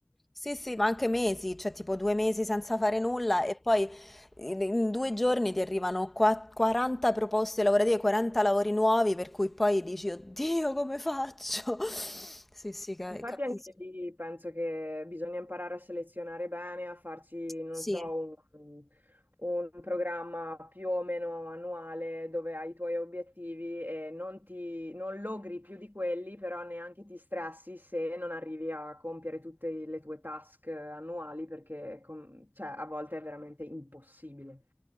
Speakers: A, in the centre; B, on the right (about 55°).
A: Sì, sì, ma anche mesi, cioè tipo due mesi senza fare nulla e poi in in due giorni ti arrivano qua- 40 proposte lavorative, 40 lavori nuovi, per cui poi dici, oddio, come faccio? <laughs> Sì, sì, ca-
B: Infatti
A: capisco.
B: anche lì penso che bisogna imparare a selezionare bene, a farci, non
A: Sì.
B: so, un, un programma più o meno annuale dove hai i tuoi obiettivi e non ti, non logri più di quelli, però neanche ti stressi se non arrivi a compiere tutte le tue task annuali perché com- cioè, a volte è veramente impossibile.